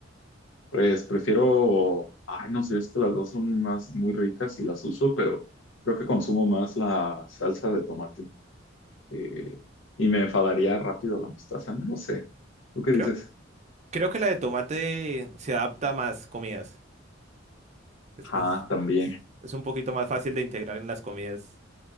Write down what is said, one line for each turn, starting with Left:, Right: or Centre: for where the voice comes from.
Left: pues prefiero, ay, no sé, es que las dos son más muy ricas y las uso, pero creo que consumo más la salsa de tomate eh, y me enfadaría rápido la mostaza, no lo sé. ¿Tú qué
Right: Creo,
Left: dices?
Right: creo que la de tomate se adapta a más comidas. Es,
Left: Ah,
Right: es,
Left: también.
Right: es, es un poquito más fácil de integrar en las comidas.